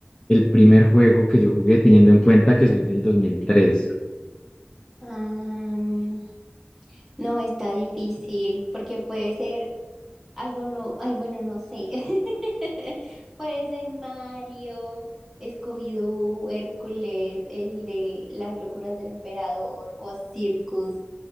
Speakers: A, on the left; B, in the centre.
A: el primer juego que yo jugué teniendo en cuenta que soy del 2003?
B: Am, no, está difícil porque puede ser alguno, ay, bueno, no sé. <laughs> Puede ser Mario, Scooby-Doo, Hércules, el de Las locuras del emperador o Circus